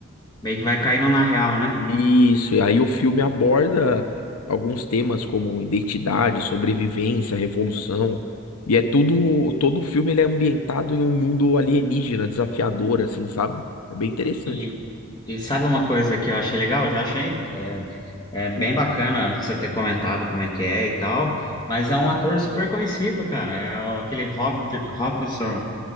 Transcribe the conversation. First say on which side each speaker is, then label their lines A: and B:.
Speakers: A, on the left (about 20°); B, on the left (about 80°).
A: meio que vai caindo na real, né?
B: Isso, e aí o filme aborda alguns temas como identidade, sobrevivência, revolução, e é tudo, todo o filme ele é ambientado em um mundo alienígena, desafiador, assim, sabe? É bem interessante.
A: E, e sabe uma coisa que eu achei legal? Eu já achei. é, É bem
B: Hum.
A: bacana você ter comentado como é que é e tal, mas é um ator super conhecido, cara. É o- aquele Hobbit, Robinson,